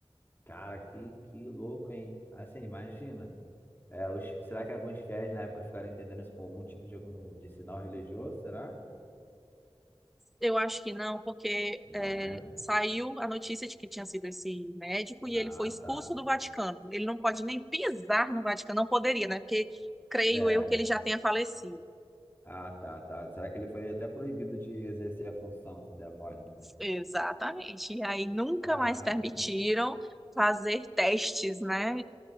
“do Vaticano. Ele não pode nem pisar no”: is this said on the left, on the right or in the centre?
Centre